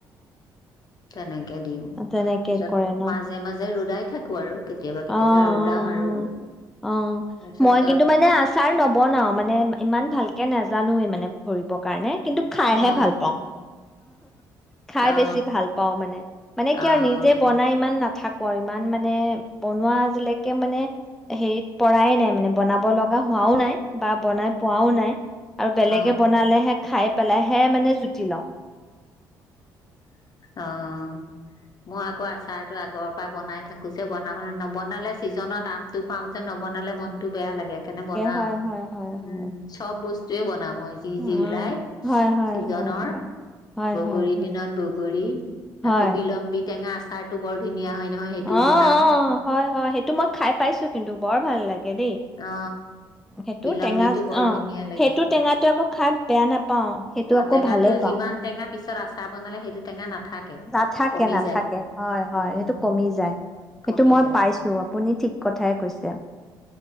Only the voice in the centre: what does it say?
অ তেনেকে কৰে ন
অ
অ
অ'
মই কিন্তু মানে আচাৰ নবনাও মানে ইমান ভালকে নাজানোৱে মানে কৰিব কাৰণে কিন্তু খাইহে
ভাল পাওঁ খাই
বেছি ভাল পাওঁ মানে মানে কি
আৰু নিজে বনাই ইমান না থাকো আৰু ইমান মানে বনোৱা আজিলৈকে মানে হেৰিত পৰাই নাই মানে বনাব লগা হোৱাও নাই বা বনাই পোৱাও নাই আৰু বেলেগে
বনালেহে খাই পেলাইহে মানে জুতি লওঁ
হয় হয় হয়
হয়।
হয়
অ'
হয় হয়
হয় হয়
হয় হয়
হয়।
অ'
অ' হয় হয় সেইটো মই খাই পাইছো কিন্তু বৰ ভাল লাগে দেই
সেইটো
টেঙা
অ
সেইটো টেঙাটোে আকৌ খাই বেয়া নাপাও সেইটো
আকৌ
ভালেই পাওঁ।
নাথাকে
নাথাকে
হয় হয়
সেইটো কমি যায় সেইটো
মই
পাইছো আপুনি ঠিক কথাই কৈছে